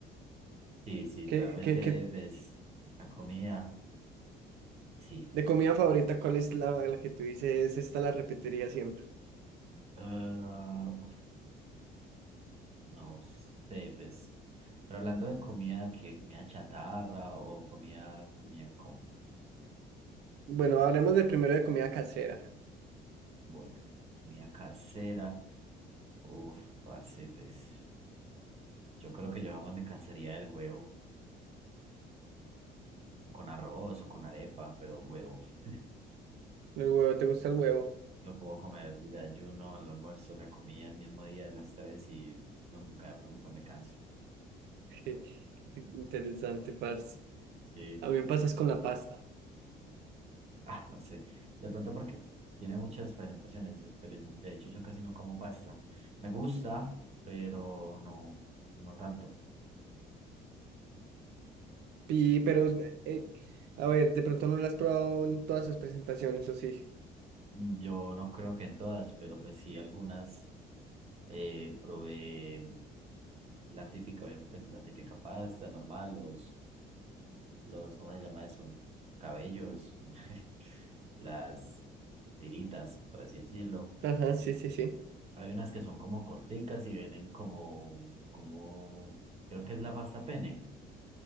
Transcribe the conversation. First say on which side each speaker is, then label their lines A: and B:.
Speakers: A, on the right; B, on the right.
A: Sí, sí,
B: ¿Qué,
A: realmente
B: qué, qué-
A: ves la comida, sí.
B: de comida favorita, cuál es la, la que tú dices? Esta la repetiría siempre.
A: Ah, uf, no sé, pues. Pero hablando de comida, ¿qué? ¿Comida chatarra o comida, comida como?
B: Bueno, hablemos de primero de comida casera.
A: Bueno, comida casera. Uf, parce, pues. Yo creo que yo jamás me cansaría del huevo con arroz o con arepa, pero huevo. <laughs>
B: El huevo, ¿te gusta el huevo?
A: Lo puedo comer el ayuno el almuerzo, la comida el mismo día a las tres y nunca, nunca me canso.
B: <laughs> Interesante, parce.
A: Sí,
B: A mí me pasas con la pasta.
A: ah, no sé. De pronto porque tiene muchas presentaciones, de- pero de hecho yo casi no como pasta. Me gusta, pero no, no tanto.
B: y pero, eh, a ver, de pronto no lo has probado en todas sus presentaciones, ¿o sí?
A: Yo no creo que en todas, pero pues sí algunas eh, probé la típica, obviamente, pues, la típica pasta normal, los los, ¿cómo se llama eso? Cabellos, <laughs> las tiritas, por así decirlo.
B: Ajá, sí, sí, sí.
A: Hay unas que son como corticas y vienen como, como, creo que es la pasta pene.